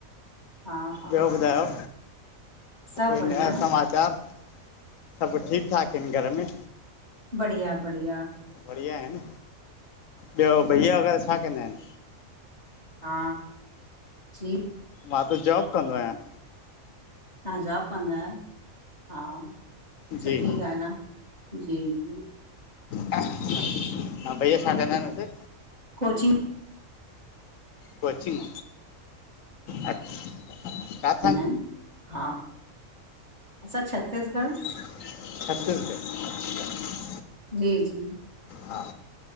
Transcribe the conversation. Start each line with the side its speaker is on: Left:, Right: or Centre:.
Right: हा हा
Left: ॿियो ॿुधायो?
Right: सभु
Left: कोई
Right: बढ़िया
Left: नया समाचार सभु ठीकु-ठाक अहिन घर में?
Right: बढ़िया बढ़िया
Left: बढ़िया आहिनि, ॿियो भैया वग़ैरह छा कंदा आहिन?
Right: हा जी
Left: मां तो जॉब कंदो आहियां।
Right: तहां जॉब कंदा आयो? हा, सुठी
Left: जी
Right: ॻाल्हि आ, जी जी।
Left: हा, भईया छा कंदा आहिनि हुते?
Right: कोचिंग
Left: कोचिंग, अच्छा काथ?
Right: न हा, असां छत्तिसगढ़।
Left: छत्तिसगढ अच्छा छत्तीस
Right: जी जी
Left: हा,